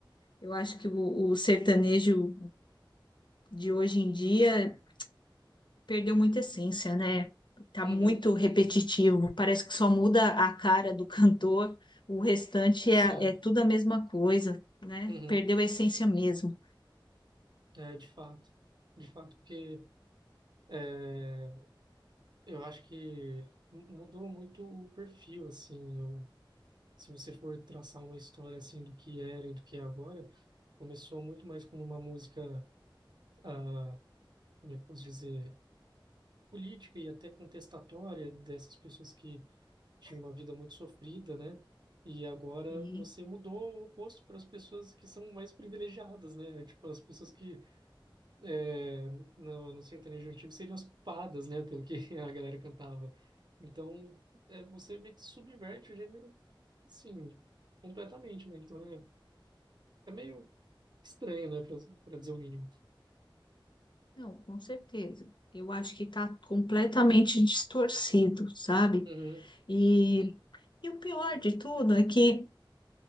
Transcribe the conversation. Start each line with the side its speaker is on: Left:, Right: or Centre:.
Left: eu acho que o, o sertanejo de hoje em dia Perdeu muita essência, né? Tá
Right: uhum,
Left: muito repetitivo, parece que só muda a cara do <laughs> cantor, o restante
Right: sim,
Left: é, é tudo a mesma coisa, né?
Right: uhum,
Left: Perdeu a essência mesmo.
Right: é, de fato. De fato, porque é, eu acho que mu- mudou muito o perfil, assim, eu se você for traçar uma história assim do que era e do que é agora, começou muito mais como uma música, ah, como é que eu posso dizer, política e até contestatória dessas pessoas que tinham uma vida muito sofrida, né? E agora
Left: E,
Right: você mudou o oposto para as pessoas que são mais privilegiadas, né? Tipo, as pessoas que é, no, no sertanejo antigo seriam as culpadas, né? Pelo que <laughs> a galera cantava. Então, é, você meio que subverte o gênero, sim completamente, né? Então, é É meio estranho, né, pra, pra dizer o mínimo.
Left: não, com certeza. Eu acho que está completamente distorcido, sabe?
Right: Uhum,
Left: E, e o pior de tudo é que